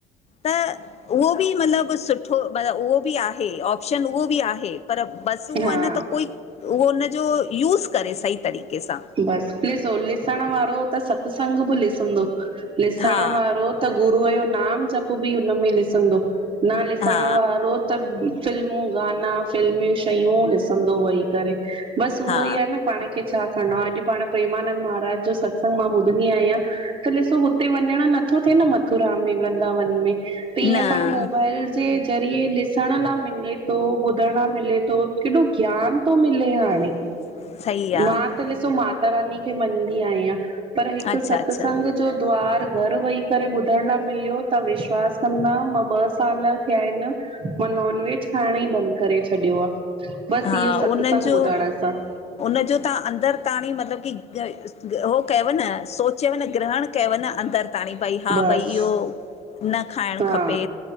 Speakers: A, on the left; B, on the right.
A: त उहो बि मतलब सुठो म उहो बि आहे ऑप्शन उहो बि आहे पर बस उहो
B: हा
A: आ न त कोई उहो उनजो यूज़ करे सही तरीक़े सां।
B: बस ॾिसो ॾिसण वारो त सत्संग ब ॾिसंदो ॾिसण
A: हा
B: वारो त गुरूअ यो नाम जप बि हुनमें ॾिसंदो न ॾिसण
A: हा
B: वारो त त फिल्मूं गाना फिल्मी शयूं ॾिसंदो वेही करे। बस उहो
A: हा
B: ई आ न पाण छा करणो आहे अॼ पाण प्रेमाननंद महाराज जो सत्संग मां ॿुधंदी आयां त ॾिसो उते वञण नथो थिए न मथुरा में वृंदावन में त
A: न
B: ईअं पाण मोबाइल जे ज़रिए ॾिसण ला मिले तो ॿुधण ला मिले थो केॾो ज्ञान तो मिले हाणे।
A: <inaudible> आहे
B: मां त ॾिसो माता रानी खे मञंदी आहियां पर हिक
A: अच्छा
B: सत्संग
A: अच्छा
B: जो द्वार घर वेही करे ॿुधण ला मिलियो तव्हां विश्वास कंदा मां ॿ साल थिया आहिन मां नॉन वेज खाएण ई बंद करे छॾियो आ बस
A: हा
B: इहो सतसंग
A: उन्हनि जो
B: ॿुधण सां।
A: उनजो तव्हां अंदर ताणी मतलब की हो कयव न सोच चयव न ग्रहण कयव न अंदर ताणी भई हा
B: बस
A: भई इहो न खाएण
B: हा
A: खपे।